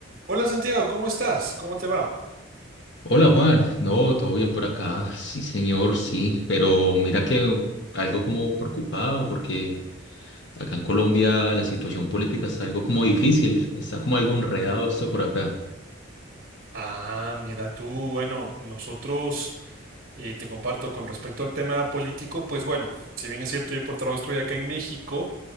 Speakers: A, on the right; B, on the left.
A: Hola Santiago, ¿cómo estás? ¿Cómo te va?
B: Hola Juan, no, todo bien por acá, sí señor, sí, pero mira que algo como preocupado porque acá en Colombia la situación política está algo como difícil, está como algo enredado esto por acá.
A: Ah, mira tú, bueno, nosotros eh, te comparto con respecto al tema político, pues bueno, si bien es cierto, yo por trabajo estoy acá en México,